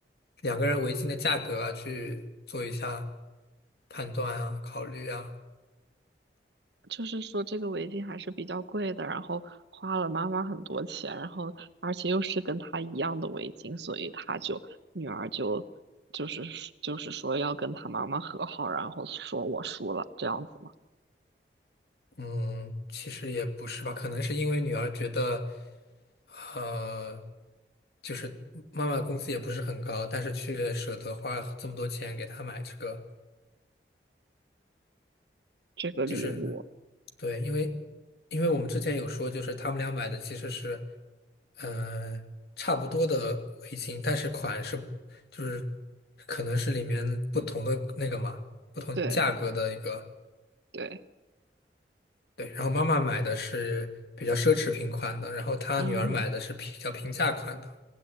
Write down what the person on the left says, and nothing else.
两个人围巾的价格啊去做一下判断啊，考虑啊。
嗯，其实也不是吧，可能是因为女儿觉得，呃，就是妈妈的工资也不是很高，但是却舍得花这么多钱给她买这个。
就是对，因为因为我们之前有说，就是他们俩买的其实是，呃，差不多的围巾，但是款式就是可能是里面不同的那个嘛，不同价格的一个。
对，然后妈妈买的是比较奢侈品款的，然后她女儿买的是比较平价款的。